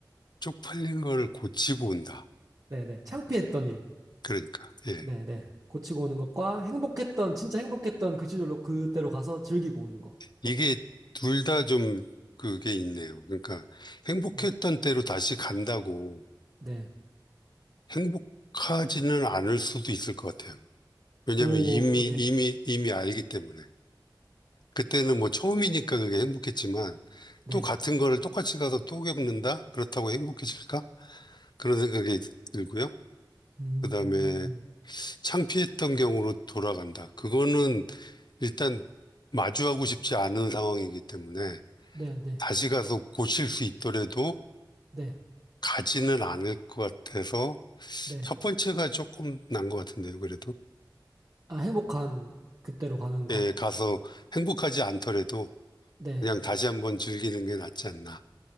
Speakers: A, on the left (about 65°); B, on the right (about 45°).
A: 쪽팔린 걸 고치고 온다.
B: 네네. 창피했던 일.
A: 그러니까, 예.
B: 네네. 고치고 오는 것과 행복했던, 진짜 행복했던 그 시절로 그때로 가서 즐기고 오는 거.
A: 이게
B: 어,
A: 둘 다 좀 그게 있네요. 그러니까 행복했던
B: 음,
A: 때로 다시 간다고
B: 네.
A: 행복하지는 않을 수도 있을 것 같아요. 왜냐하면
B: 오,
A: 이미,
B: 네.
A: 이미, 이미 알기 때문에. 그때는 뭐 처음이니까 그게 행복했지만
B: 네.
A: 또 같은 거를 똑같이 가서 또 겪는다? 그렇다고 행복해질까? 그런 생각이 들고요.
B: 음,
A: 그다음에 창피했던 경우로 돌아간다. 그거는 일단 마주하고 싶지 않은 상황이기 때문에
B: 네, 네,
A: 다시 가서 고칠 수 있더라도
B: 네,
A: 가지는 않을 것 같아서
B: 네.
A: 첫 번째가 조금 난 것 같은데요. 그래도
B: 아, 행복한 그때로 가는 거?
A: 예, 가서 행복하지 않더라도
B: 네.
A: 그냥 다시 한번 즐기는 게 낫지 않나.